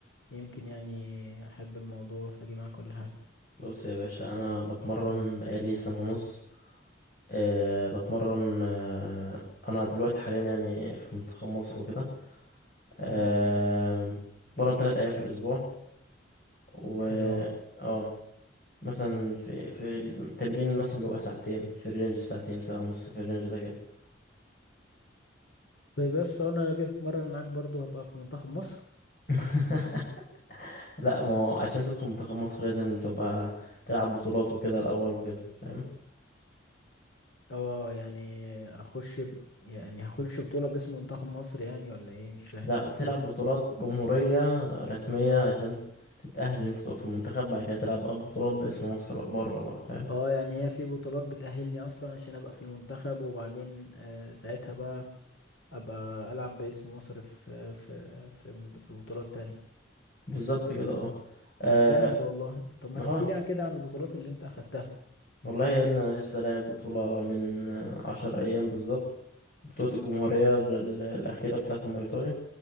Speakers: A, on the left (about 65°); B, on the left (about 45°).
A: يمكن يعني احب الموضوع فاجي معاك كل حاجه
B: بص يا باشا انا بتمرن بقالي سنة ونص أه بتمرن أه انا دلوقتي حاليا يعني في منتخب مصر وكده أه
A: امم
B: بتمرن تلات ايام في الاسبوع و
A: حلو اوي
B: اه مثلا في في التمرين مثلا بيبقى ساعتين في الرينج الساعتين ساعة ونص في الرينج ده كده
A: طيب يس انا لو جيت اتمرن معاك برضو هبقى في منتخب مصر
B: <laughs> لا ما هو عشان تدخل منتخب مصر لازم تبقى تلعب بطولات وكده الاول وكده فاهم
A: اه يعني اخش ب... يعني هخش بطوله باسم منتخب مصر يعني ولا ايه مش فاهم
B: لا
A: حاجه
B: تلعب بطولات جمهورية رسمية عشان تتأهل ان انت تقف في المنتخب بعد كده تلعب بقى بطولات باسم مصر بقى بره بقى فاهم
A: اه يعني هي في بطولات بتأهلني اصلا عشان ابقى في المنتخب وبعدين آه ساعتها بقى ابقى العب باسم مصر في في في, من- في بطولات تانية
B: بالظبط كده اه اه
A: طب جامد والله طب ما
B: آه.
A: تحكي لي عن كده عن البطولات اللي انت اخدتها
B: والله يا ابني انا لسه لاعب بطولة من آه، عشر ايام بالظبط بطولة الجمهورية ال- الأخيرة بتاعة الماي تاي